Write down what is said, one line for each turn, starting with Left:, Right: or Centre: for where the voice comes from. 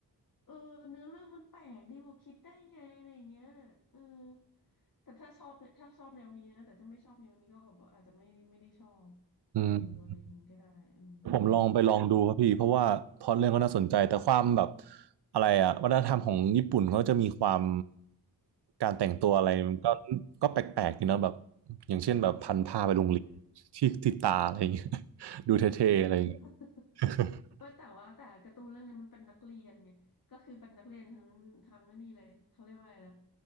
Left: เออเนื้อเรื่องมันแปลกดีกว่าคิดได้ไงอะไรอย่างเงี้ยเออแต่ถ้าชอบเนี่ยถ้าชอบแนวนี้นะแต่ถ้าไม่ชอบแนวนี้ก็แบบว่าอาจจะไม่ไม่ได้ชอบ
Right: อืม
Left: ดูอะไรอย่างงี้ก็ได้อืม
Right: ผมลองไปลองดูครับพี่เพราะว่าพล็อตเรื่องก็น่าสนใจแต่ความแบบอะไรอะวัฒนธรรมของญี่ปุ่นเขาจะมีความการแต่งตัวอะไรมันก็
Left: อืม
Right: ก็แปลกๆอยู่นะแบบอย่างเช่นแบบพันผ้าไปโรงเรียนที่ติดตาอะไรอย่างเงี้ย
Left: อืม
Right: <laughs> ดูเท่ๆอะไรอย่างเงี้ย
Left: <laughs>
Right: <laughs>
Left: ว่าแต่ว่าแต่การ์ตูนเรื่องเนี้ยมันเป็นนักเรียนไงก็คือเป็นนักเรียนทั้งทั้งไอ้นี่เลยเขาเรียกว่าอะไงนะ